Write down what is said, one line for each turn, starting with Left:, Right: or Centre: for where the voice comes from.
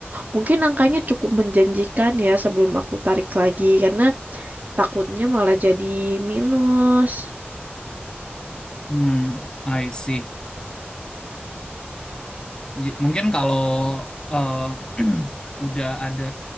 Right: mungkin angkanya cukup menjanjikan ya sebelum aku tarik lagi, karena takutnya malah jadi minus.
Left: Hmm, I see. J- Mungkin kalau eh, <clears throat> udah ada